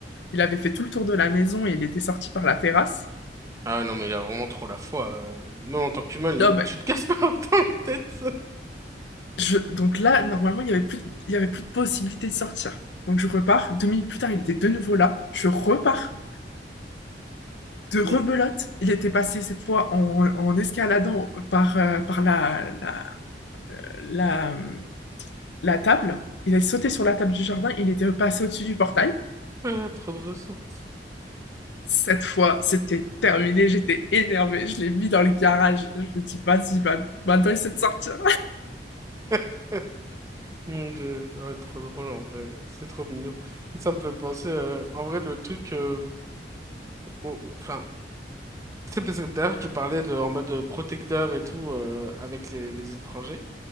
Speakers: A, on the left; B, on the right.
A: Il avait fait tout le tour de la maison et il était sorti par la terrasse.
B: Ah ouais, non, mais il a vraiment trop la foi. euh. Même en tant qu'humain, limite,
A: Non, mais
B: tu te casses <laughs> pas autant la tête.
A: je- donc là, normalement, il n'y avait plus, de- il y avait plus de possibilité de sortir. Donc, je repars. Deux minutes plus tard, il était de nouveau là. Je repars de rebelote.
B: Mais...
A: Il était passé cette fois en, en escaladant par, euh, par la, la, la, la table. Il a sauté sur la table du jardin, il était passé au-dessus du portail.
B: Ah, trop de ressources.
A: Cette fois, c'était terminé, j'étais énervée, je l'ai mis dans le garage. Je me dis, vas-y, maintenant il sait de sortir.
B: <laughs> Mon Dieu, ouais, trop drôle en vrai, c'est trop mignon. Ça me fait penser, euh, en vrai, le truc, euh, bon, bon, enfin, c'est parce que d'ailleurs tu parlais de, en mode euh, protecteur et tout euh, avec les, les étrangers.